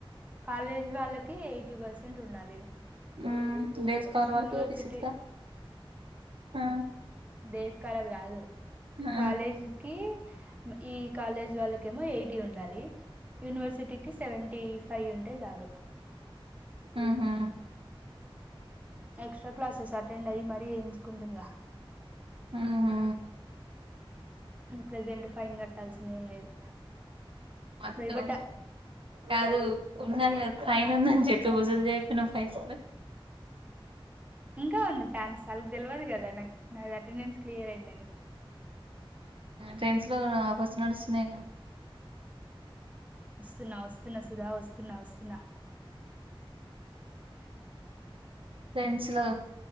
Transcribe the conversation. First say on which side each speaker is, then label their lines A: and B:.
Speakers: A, on the right; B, on the right.
A: కాలేజీ వాళ్ళకే ఎయిటీ పర్సెంట్ ఉండాలి
B: మ్మ్ డేస్ కాల్
A: యూనివర్సిటీ
B: వరకు ఎయిటీ సిక్సా ఆ
A: దేస్కాలర్ కాదు కాలేజీకిి
B: ఆ
A: ఈ కాలేజ్ వాళ్ళకి ఏమో ఎయిట్ టి ఉండాలి యనివర్సిటీకి సెవెంటీ ఫైవ్ ఉంటే చాలు
B: ఉహు
A: ఎక్స్ట్రా క్లాసెస్ అటెండ్ అయ్యి మరీ ఏయించుకుంటుగా
B: ఊహూ
A: ప్రెజెంట్ ఫైన్ క ట్టాల్సిందేం లేదు
B: మొత్తం
A: భయపడ్డా
B: కాదు ఉన్నాను ఫైన్ ఉందని చెప్పి వజులు చెప్పినావ్ పైసలు
A: ఇంకా ఉంది ఛాన్స్ వాళ్ళకు తెల్వదు కదా నాకు నాకు అటెండెన్స్ క్లియర్ అయిందని
B: ట్రైన్స్లో ఆఫర్స్ నడుస్తున్నాయిగా
A: వస్తునా వస్తున్నా సుధా వస్తున్నా వస్తున్నా
B: ట్రెండ్స్లో